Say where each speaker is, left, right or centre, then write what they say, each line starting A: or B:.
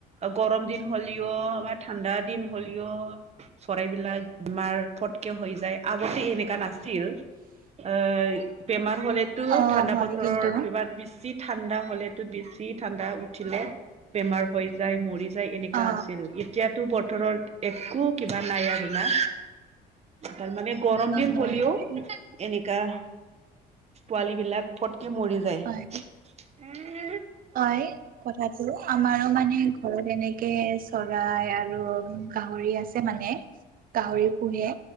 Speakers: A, on the right; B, on the right.
A: গৰম দিন হ'লেও বা ঠাণ্ডা দিন হ'লেও চৰাই বিলাক বেমাৰ ফটকে হৈ যায় আগতে এনেকা নাছিল। অ বেমাৰ হলেতো
B: অ
A: ঠাণ্ডা
B: হয়
A: বতৰৰ
B: কিন্তু
A: কিবা বিশিত ঠাণ্ডা হলেটো বেছি ঠাণ্ডা উঠিলে বেমাৰ হৈ যায় মৰি যায় এনে কা
B: অ অ
A: আছিল এতিয়াতো বতৰৰ একো কিবা নাই আৰু না তাৰ মানে গৰম দিন
B: হয়
A: হ'লেও
B: হয়
A: এনেকা- পোৱালী বিলাক ফটকে মৰি যায়।
B: হয় হয় কথাটো আমাৰো মানে ঘৰত এনেকে কে চৰাই আৰু গাহৰি আছে মানে। গাহৰি পুহে